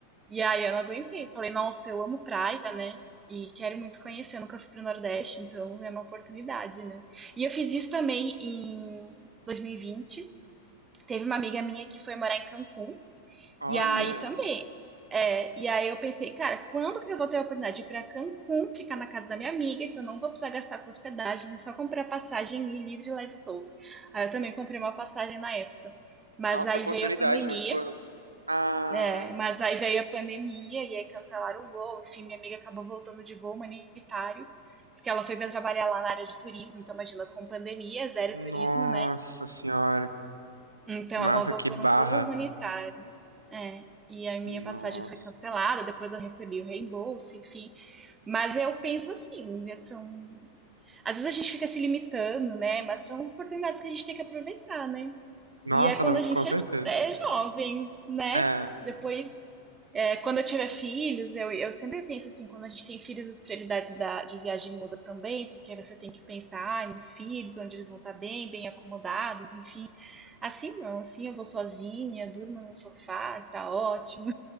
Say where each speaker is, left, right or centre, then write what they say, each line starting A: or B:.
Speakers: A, on the right; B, on the right.
A: E aí eu não aguentei. Falei, nossa, eu amo praia, e quero muito conhecer, eu nunca fui pro Nordeste, então é uma oportunidade, né? E eu fiz isso também em 2020. Teve uma amiga minha que foi morar em Cancún,
B: Olha,
A: e aí também. É, e aí eu pensei, cara, quando que eu vou ter a oportunidade de ir pra Cancún, ficar na casa da minha amiga, que eu não vou precisar gastar com hospedagem, é só comprar passagem e ir livre, leve e solto. Aí eu também comprei uma passagem na época. Mas
B: nossa,
A: aí
B: oportunidade
A: veio a pandemia
B: muito boa. né? Ah,
A: é, mas aí veio a pandemia e aí cancelaram o voo. Enfim, minha amiga acabou voltando de voo humanitário, porque ela foi para trabalhar lá na área de turismo. Então, imagina, com pandemia, zero
B: nossa
A: turismo, né?
B: senhora.
A: Então,
B: Massa,
A: ela voltou
B: que barra.
A: num voo humanitário. É, e a minha
B: Nossa.
A: passagem foi cancelada. Depois, eu recebi o reembolso, enfim. Mas eu penso assim, né, são... às vezes a gente fica se limitando, né? Mas são oportunidades que a gente tem que aproveitar, né?
B: Nossa,
A: E é quando
B: não,
A: a gente
B: com certeza.
A: é é jovem, né?
B: É.
A: Depois É, quando eu tiver filhos, eu, eu sempre penso assim, quando a gente tem filhos, as prioridades da, de viagem mudam também, porque aí você tem que pensar ah, nos filhos, onde eles vão estar bem, bem acomodados, enfim. Assim não, assim eu vou sozinha, durmo num sofá, tá ótimo.